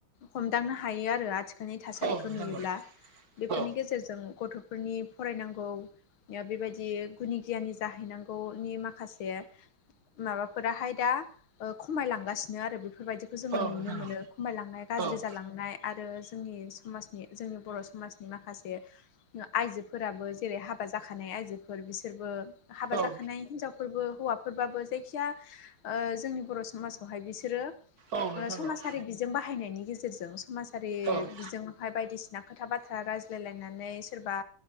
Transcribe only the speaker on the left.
हमदांनो हायो आरो आथि खालनि थासारिखौ
नुयोब्ला बेफोरनि
गेजेरजों गथ'फोरनि फरायनांग गौ ओ बेबायदि गुनि गियानि जाहै नांगौनि माखासे माबाफोराहाय दा ओ खमायलांगासिनो आरो बेफ फोरबायदिखौ जोङो
नुनो
मोनो खमायलांनाय गाज्रि
जालांनाय। आरो जोंनि समाजनि जोंनि बर' समाजनि माखासे ओ आयजोफोराबो जेरै हाबा जाखानाय आयजोफोर बिसोरबो हाबा
जाखानाय हिनजाव फोरबो हौवाफोरबाबो जायखिया ओ जोंनि बर' समाजावहाय बिसोरो ओ
समाजारि बिजों बाहायनायनि गेजेरजों समाजारि
बिजोंहाय बायदिसि ना खोथा बाथ्रा रायज्लायलायनानै सोरबा